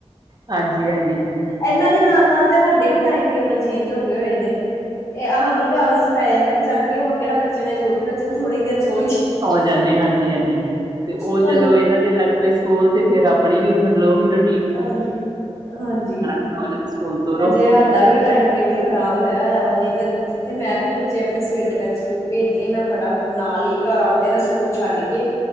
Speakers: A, on the right; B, on the left.
A: ਹਾਂਜੀ-ਹਾਂਜੀ
B: ਏਨਾਂ ਦੇ ਨਾਲ ਨਾਲ ਤੇ ਸਾਡੇ ਵੀ ਟਾਈਮ ਟੇਬਲ ਚੇਂਜ ਹੋਗੇ ਹੋਏ ਨੇ ਏ ਹਾਂਨੂੰ ਵੀ ਆਲਸ ਪੈ ਜਾਂਦਾ ਕਿ ਚੱਲ ਵਈ ਹੁਣ ਕੇੜਾ ਬੱਚੇ ਨੇ ਹਜੇ ਉੱਠਣਾ ਮੈਂ ਚੱਲ ਥੋੜੀ ਦੇਰ ਸੋ ਹੀ ਜਾਈਏ।
A: ਆ ਜਾਂਨੇ ਹਾਂਜੀ ਹਾਂਜੀ ਤੇ ਓ
B: ਤੁਹਾਨੂੰ
A: ਜਦੋਂ
B: ਵੀ
A: ਏਨਾਂ ਦੇ ਲੱਗ ਪੇ ਸਕੂਲ ਤੇ ਫੇਰ ਆਪਣੀ ਵੀ ਮਤਲਬ ਓਹੀ ਰੋ
B: ਹਾਂਜੀ ਹਾਂਜੀ
A: ਖਾਓ ਇਹਨਾਂ ਨੂੰ ਸਕੂਲ ਤੋਰੋ
B: ਹਜੇ ਹਾਡਾ ਵੀ ਟਾਈਮ ਟੇਬਲ ਖ਼ਰਾਬ ਹੋਇਆ ਆ ਵਾ, ਨਹੀ ਤਾਂ ਜਿੱਥੇ ਮੈਂ ਵੀ ਬੱਚੇ ਆਪਣੇ ਸਵੇਰ ਦੇ ਉਸ ਟਾਈਮ ਸਕੂਲ ਭੇਜਦੀ ਆ ਮੈਂ ਫਟਾਫਟ, ਨਾਲ ਹੀ ਘਰ ਆਂਉਂਦੇ ਨਾ ਸਕੂਲ ਛੱਡ ਕੇ